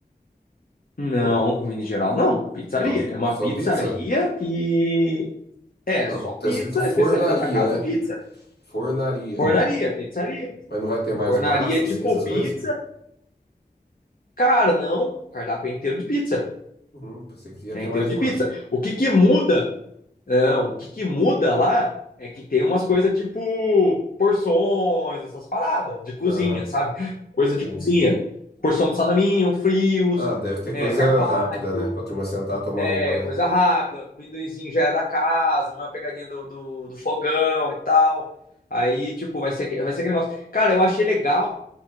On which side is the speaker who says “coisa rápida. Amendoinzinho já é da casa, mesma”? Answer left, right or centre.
Left